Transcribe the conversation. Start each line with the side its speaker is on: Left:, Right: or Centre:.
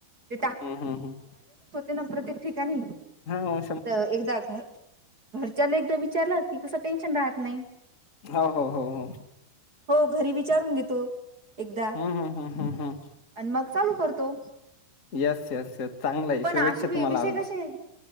Right: ते
Left: हं, हं, हं.
Right: ना प्रत्येक ठिकाणी,
Left: हो
Right: तर एकदा घ घरच्यांन एकदा विचारलं की कसं टेन्शन राहत नाही.
Left: हो, हो, हो, हो.
Right: हो घरी विचारून घेतो एकदा
Left: हम, हम, हा, हम, हा.
Right: आणि मग चालू करतो.
Left: येस येस यस चांगलयं.
Right: पण
Left: शुभेच्छा
Right: असे वि
Left: तुम्हाला
Right: विषय
Left: आल्ल
Right: कसे
Left: --